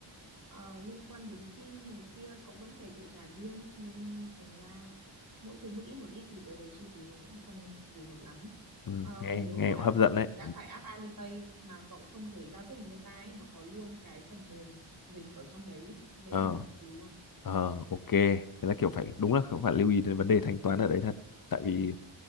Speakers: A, on the right; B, on the left.
A: ờ, liên quan đến sim này kia cậu vẫn phải tự trả riêng nên thành ra mỗi thứ một ít một ít thì tớ thấy chi phí nó cũng không phù hợp lắm.
B: ừm,
A: Ờ,
B: nghe
A: nếu
B: nghe
A: mà
B: cũng hấp
A: cậu
B: dẫn đấy
A: đã tải app Alipay mà cậu không thể giao tiếp với người ta ấy, nó có luôn cái phần mềm dịch ở trong đấy dễ
B: ờ
A: dùng cực kỳ luôn.
B: Ờ, ok. Thế là kiểu phải đúng là cũng phải lưu ý đến vấn đề thanh toán ở đấy thật. Tại vì